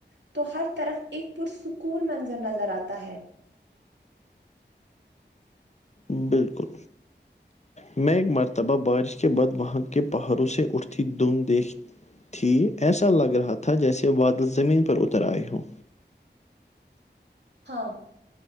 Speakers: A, on the right; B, on the left.
A: تو ہر طرف ایک پرسکون منظر نظر آتا ہے
B: بالکل میں ایک مرتبہ بارش کے بعد وہاں کے پہاڑوں سے اٹھتی دھند دیکھ تھی ایسا لگ رہا تھا جیسے بادل زمین پر اتر آئے ہو
A: ہاں